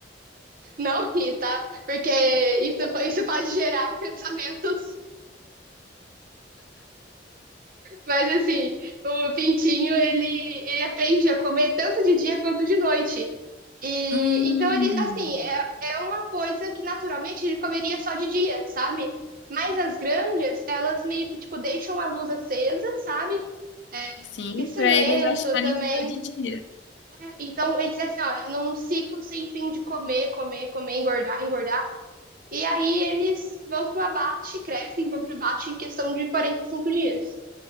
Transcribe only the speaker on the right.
Não ri, tá? Porque isso, isso pode gerar <laughs> pensamentos. Mas assim, o pintinho, ele, ele aprende a comer tanto de dia quanto de noite. E
então ele, assim, é, é uma coisa que naturalmente ele comeria só de dia, sabe? Mas as granjas, elas meio que, tipo, deixam a luz acesa, sabe? É,
aquecimento
também.
É, Então, ele diz assim, ó, é num ciclo sem fim de comer, comer, comer, engordar, engordar. E aí eles vão pro abate, crescem, vão pro abate em questão de 45 dias.